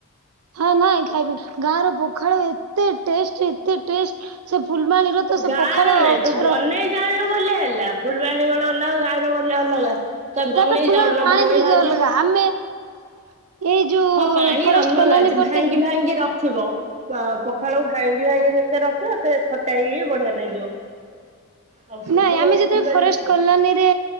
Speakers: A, on the right; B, on the right.
A: ହଁ ନାଇଁ ଖାଇବି ଗାଁ ର ପଖାଳ ଏତେ ଟେଷ୍ଟ ଏତେ ଟେଷ୍ଟ ସେ ଫୁଲବାଣୀର ତ ସେ
B: ଗାଁ
A: ପଖାଳ
B: ର ନାଇଁ ତୁ
A: ଛାଡ
B: ବନେଇ ଜାଣିଲୁ ବୋଲେ ହେଲା ଫୁଲବାଣୀ ର କଣ ଅଲଗା ଗାଁ ବୋଲେ ଅଲଗା। ତାକୁ
A: ତାପରେ
B: ବନେଇ
A: ଫୁଲବାଣୀ
B: ଜାଣୁନ
A: ପାଣି
B: ଭାଙ୍ଗି
A: ବି ଟିକେ
B: ଭାଙ୍ଗି
A: ଅଲଗା ଆମେ <inaudible> ଯୋଉ
B: ହଁ ପାଣି
A: ଫରେଷ୍ଟ
B: ଅଲଗା
A: କଲୋନୀ
B: ଯେ
A: ପଟେ
B: ଭାଙ୍ଗି ଭାଙ୍ଗି ର ରଖିବ ପଖାଳକୁ ଭାଙ୍ଗି ଭାଙ୍ଗି ଯେତେ ରଖିବ ସେତେ ଖଟା ହେଇ ହେଇ ବଢିଆ ଲାଗିବ। ଆଉ ସବୁ
A: ନାଇଁ
B: କଣ
A: ଆମେ ଯେତେବେଳେ
B: ଫୁଲବାଣୀ
A: ଫରେଷ୍ଟ
B: ରେ ସେମ୍।
A: କଲୋନୀ ରେ